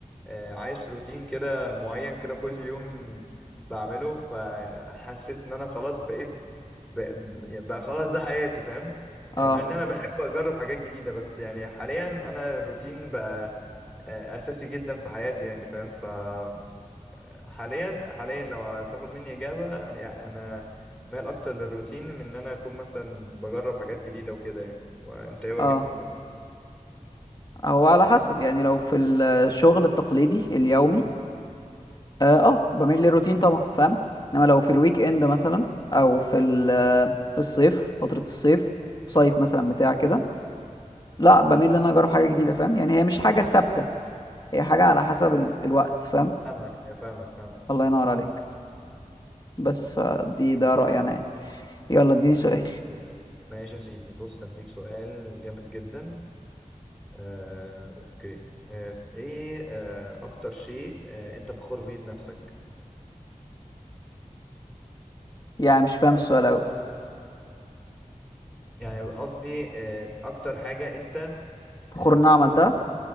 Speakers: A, in the centre; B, on the left (about 30°).
A: آه، عايش روتين كده معين كده كل يوم بعمله فحسيت ان انا خلاص بقيت بقى, بقى خلاص ده حياتي فاهم
B: اه
A: آه، مع ان انا بحب اجرب حاجات جديدة بس يعني حاليا انا الروتين بقى آه، اساسي جدا في حياتي يعني فاهم فحاليا حاليا لو هتاخد مني اجابة يعني انا مايل اكتر للروتين من ان انا اكون مثلا بجرب حاجات جديدة وكده يعني وانت ايه وجهة
B: اه
A: نظرك
B: هو على حسب يعني لو في الشغل التقليدي اليومي اه, آه بميل للروتين طبعا فاهم انما لو في الويك اند مثلا او في ال- آه، في الصيف فترة الصيف صيف مثلا بتاع كده لا بميل ان انا اجرب حاجة جديدة فاهم يعني هي مش حاجة ثابتة هي حاجة على حسب ال- الوقت فاهم
A: فاهمك فاهمك فاهمك
B: الله ينور عليك بس فدي ده رأيي انا يعني يلا اديني سؤال
A: ماشي يا سيدي بص هديك سؤال جامد جدا آه، اوكي آه، ايه آه، اكتر شيء آه، انت فخور بيه بنفسك
B: يعني مش فاهم السؤال اوي
A: يعني قصدي آه، اكتر حاجة انت
B: فخور
A: آه،
B: ان انا
A: فخور
B: عملتها